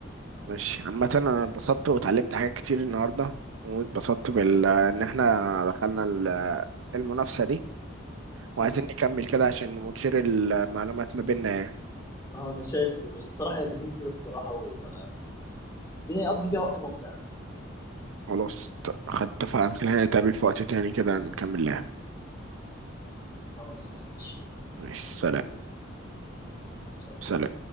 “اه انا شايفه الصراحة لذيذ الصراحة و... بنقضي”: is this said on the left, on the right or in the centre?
Left